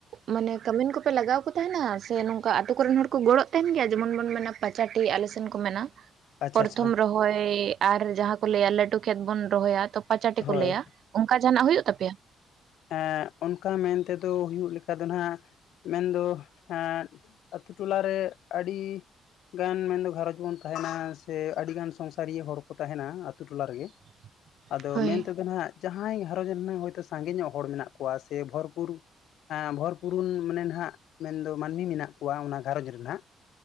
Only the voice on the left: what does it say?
ᱟᱪᱪᱷᱟ
ᱟᱪᱪᱷᱟ
ᱦᱳᱭ
ᱮᱸᱜ ᱚᱱᱠᱟ ᱢᱮᱱ ᱛᱮᱫᱚ ᱦᱩᱭᱩᱜ ᱞᱮᱠᱟ ᱫᱚ ᱱᱟᱜ ᱢᱮᱱᱫᱚ ᱮᱸᱜ ᱟᱛᱳ ᱴᱚᱞᱟᱨᱮ ᱟᱹᱰᱤ ᱜᱟᱱ ᱢᱮᱱᱫᱚ ᱜᱷᱟᱷᱟᱨᱚᱸᱡᱽ ᱵᱚᱱ ᱛᱟᱦᱮᱱᱟ ᱥᱮ ᱟᱹᱰᱤ ᱜᱟᱱ ᱥᱚᱝᱥᱟᱨᱤᱭᱟᱹ ᱦᱚᱲ ᱠᱚ ᱛᱟᱦᱮᱱᱟ ᱟᱛᱳ ᱴᱚᱞᱟ ᱨᱮᱜᱮ
ᱟᱫᱚ
ᱢᱮᱱᱛᱮᱫᱚ ᱱᱟᱦᱟᱜ ᱡᱟᱦᱟᱸᱭ ᱜᱷᱟᱨᱚᱸᱧᱡᱽ ᱨᱮᱱᱟᱜ ᱦᱭᱛᱳ ᱥᱟᱸᱜᱮ ᱧᱚᱜ ᱦᱚᱲ ᱢᱮᱱᱟᱜ ᱠᱚᱣᱟ ᱥᱮ ᱵᱷᱚᱨᱯᱩᱨ ᱵᱷᱚᱨ ᱯᱩᱨᱩᱱ ᱢᱟᱱᱮ ᱱᱟᱜ ᱢᱮᱱᱫᱚ ᱢᱟᱹᱱᱢᱤ ᱢᱮᱱᱟᱜ ᱠᱚᱣᱟ ᱚᱱᱟ ᱜᱷᱟᱨᱚᱸᱡᱽ ᱨᱮᱱᱟᱜ